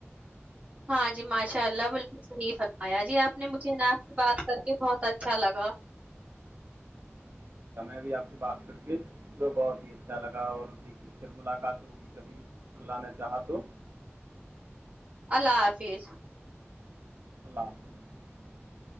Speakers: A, on the right (about 30°); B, on the right (about 60°).
A: ہاں جی ماشاء اللہ بالکل صحح فرمایا جی آپ نے مجھے ان سے بات کر کے بہت اچھا لگا
B: جی جی ہمیں بھی آپ سے بات کر کے جو بہت ہی اچھا لگا اور دیکھیے پھر ملاقات ہوگی کبھی اللہ نے چاہا تو
A: اللہ حافظ
B: اللہ حافظ